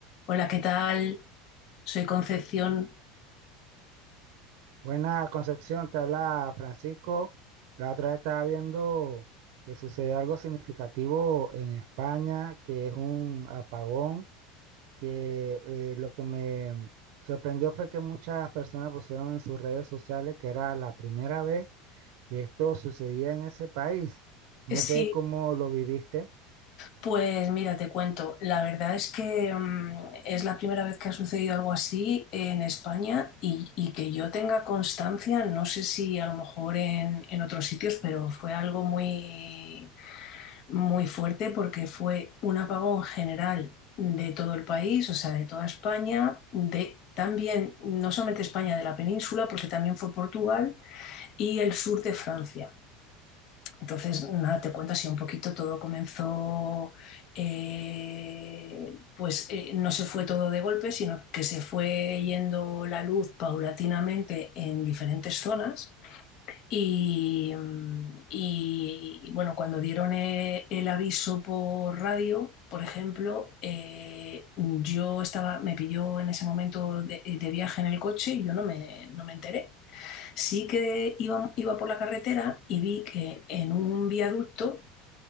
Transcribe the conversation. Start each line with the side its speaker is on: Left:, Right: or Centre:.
Left: Hola, ¿qué tal? Soy Concepción.
Right: Buena Concepción, te habla Francisco. La otra vez estaba viendo que sucedió algo significativo en España, que es un apagón, que eh, lo que me sorprendió fue que muchas personas pusieron en sus redes sociales que era la primera vez que esto sucedía en ese país. No
Left: Eh, Sí,
Right: sé cómo lo viviste.
Left: pues mira, te cuento. La verdad es que mm, es la primera vez que ha sucedido algo así en España y, y que yo tenga constancia, no sé si a lo mejor en, en otros sitios, pero fue algo muy, muy fuerte porque fue un apagón general de todo el país, o sea, de toda España, de también, no solamente España, de la península, porque también fue Portugal y el sur de Francia. Entonces, nada, te cuento así un poquito, todo comenzó, eh, pues eh, no se fue todo de golpe, sino que se fue yendo la luz paulatinamente en diferentes zonas. Y, mm, y, y, bueno, cuando dieron eh, el, aviso por radio, por ejemplo, eh, yo estaba, me pilló en ese momento de, de viaje en el coche y yo no me, no me enteré. Sí que iba, iba por la carretera y vi que en un viaducto,